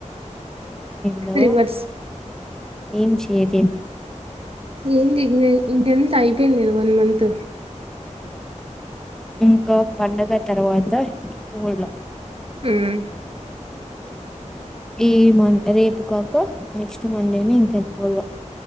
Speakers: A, in the centre; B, on the right.
A: ఏందో
B: రివర్స్
A: ఏం చేదేం
B: ఏందిది ఇంకెంత అయిపోయింది కదా వన్ మంత్
A: మ్ ఇగో పండగ తర్వాత ఊర్లో
B: ఉమ్
A: ఈ మం రేపు కాక నెక్స్ట్ మండేని ఇంకె <unintelligible>